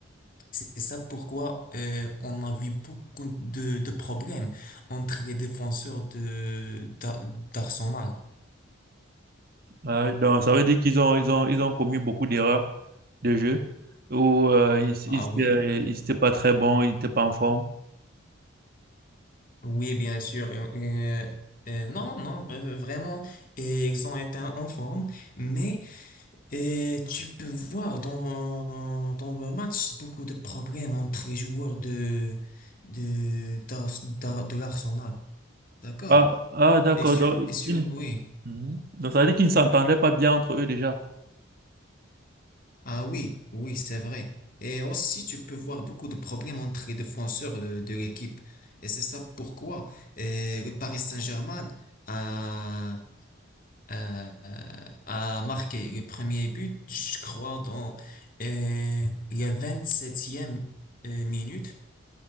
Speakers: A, on the left (about 40°); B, on the right (about 45°).
A: C'est ça pourquoi euh, on a vu beaucoup de, de problèmes entre les défenseurs de d'A- d'Arsenal.
B: Euh, donc, ça veut dire qu'ils ont, ils ont, ils ont commis beaucoup d'erreurs. de jeu où euh, il,
A: Ah
B: il était,
A: oui?
B: il était pas très bon, il était pas en forme.
A: Oui, bien sûr. euh, euh, euh, non, non, euh, vraiment, et ils ont été en forme, mais euh, tu peux voir dans, dans le match beaucoup de problèmes entre les joueurs de, de, d'Ar- d'Ar- de l'Arsenal. D'accord?
B: Ah, ah d'accord.
A: Et sur,
B: Donc,
A: et sur,
B: il-
A: oui.
B: Mhm. Donc, ça veut dire qu'ils ne s'entendaient pas bien entre eux déjà.
A: Ah oui, oui, c'est vrai. Et aussi, tu peux voir beaucoup de problèmes entre les défenseurs de, de l'équipe. Et c'est ça pourquoi euh, le Paris Saint-Germain a, a, a marqué le premier but, je crois, dans euh, la 27e euh, minute.